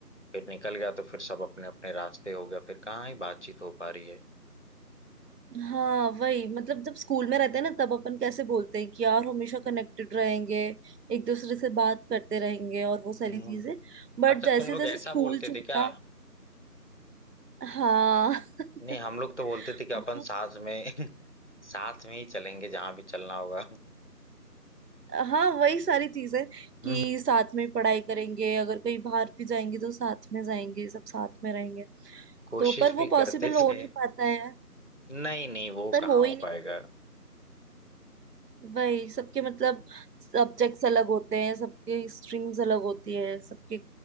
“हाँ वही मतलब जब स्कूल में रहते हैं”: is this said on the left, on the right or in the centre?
Right